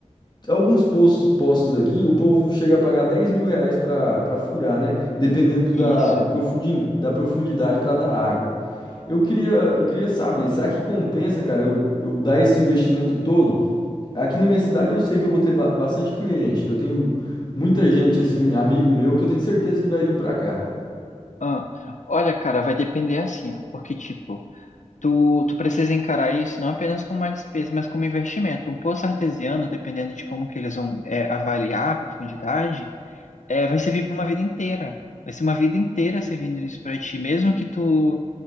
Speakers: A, on the left; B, on the left.
A: alguns postos, postos aqui, o povo chega a pagar 10 mil reais para para furar, né? Dependendo da,
B: isso.
A: profundi- da profundidade para dar água. Eu queria, eu queria saber, será que compensa, cara, eu, eu dar esse investimento todo? Aqui na minha cidade eu sei que eu vou ter ba- bastante cliente. Eu tenho muita gente, assim, amigo meu, que eu tenho certeza que vai vir para cá.
B: Ah, olha, cara, vai depender assim, ó, porque tipo Tu, tu precisa encarar isso não apenas como uma despesa, mas como investimento. Um poço artesiano, dependendo de como que eles vão é, avaliar a profundidade, é, vai servir para uma vida inteira. Vai ser uma vida inteira servindo isso para ti, mesmo que tu